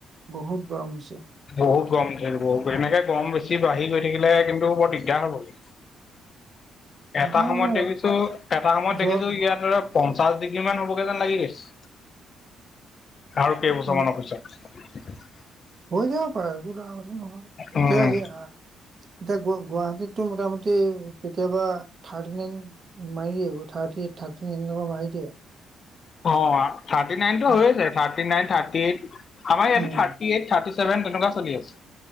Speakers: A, on the right; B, on the left.
A: বহুত গৰম হৈছে।
B: বহুত গৰম উঠে বহুত এনেকে গৰম বেছি বাঢ়ি গৈ থাকিলে কিন্তু বৰ দিগদাৰ হ'বগে। এটা
A: তাৰ
B: সময়ত
A: মানে
B: দেখিছো এটা সময়ত
A: যোৱা
B: দেখিছো ইয়াত ধৰি লক পঞ্চাশ ডিগ্ৰী মান হ'বগে যেন লাগি গৈছে আৰু কেইবছৰমানৰ
A: উম,
B: পিছত। <unintelligible>
A: হৈ যাব পাৰে, একো ডাঙৰ কথা নহয়
B: উম
A: এতিয়া সেই হা এতিয়া গু গুৱাহাটীতটো মোটামুটি কেতিয়াবা থাৰ্টি নাইন মাৰি দিয়ে থাৰ্টি এইট থাৰ্টি নাইন এনেকোৱা মাৰি দিয়ে।
B: অ থাৰ্টি নাইনটো
A: হা
B: হৈয়ে যায় থাৰ্টি নাইন, থাৰ্টি এইট, আমাৰ ইয়াতে
A: উম,
B: থাৰ্টি এইট, থাৰ্টি চেভেন, তেনেকোৱা চলি আছে।